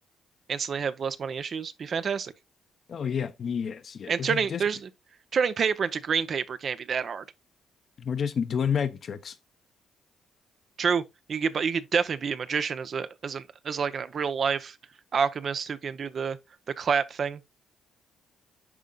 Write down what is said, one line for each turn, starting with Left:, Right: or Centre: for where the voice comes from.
Right: instantly have less money issues. Be fantastic.
Left: Oh yeah. Yes, yes.
Right: And
Left: We're
Right: turning
Left: just, just
Right: there's turning paper into green paper can't be that hard.
Left: we're just doing magic tricks. <laughs>
Right: True, you could get, but you could definitely be a magician as a as an as like a real life alchemist who can do the the clap thing.